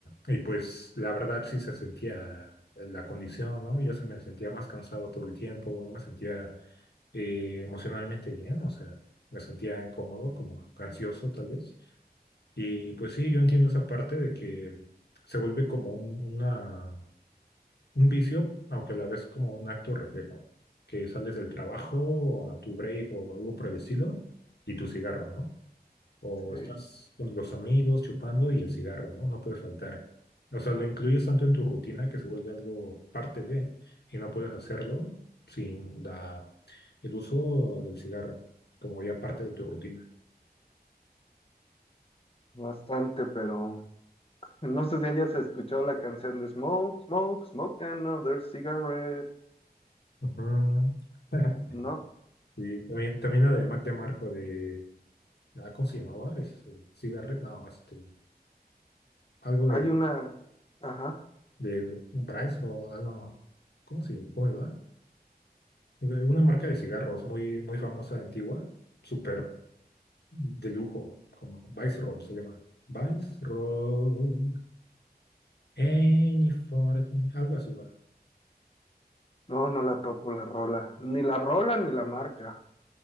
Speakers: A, on the left; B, on the left.
A: y pues la verdad sí se sentía la condición, ¿no? Yo se me sentía más cansado todo el tiempo, no me sentía eh, emocionalmente bien, o sea, me sentía incómodo, como ansioso tal vez. Y pues sí, yo entiendo esa parte de que se vuelve como un, una, un vicio, aunque a la vez como un acto reflejo, que sales del trabajo a tu break o algo por el estilo y tu cigarro, ¿no? O
B: Sí,
A: estás con los amigos chupando y el cigarro, ¿no? No puede faltar. O sea, lo incluyes tanto en tu rutina que se vuelve algo parte de, y no puedes hacerlo sin la, el uso del cigarro, como ya parte de tu rutina.
B: bastante, pero no sé si hayas escuchado la canción de Smoke, Smoke, Smoke Another Cigarette.
A: Ujú. <laughs>
B: No.
A: Sí, también, también la de Mac DeMarco de, ah, ¿cómo se llamaba? Es, eh, Cigarette, no, este, algo de,
B: Hay una, ajá,
A: de Bryce o, ah, no, ¿cómo se llama? ¿Cómo era? De Una marca de cigarros muy, muy famosa, antigua, súper de lujo, como Roll se llama. Roll Any 14, algo así va.
B: no, no la topo la rola, ni la rola ni la marca.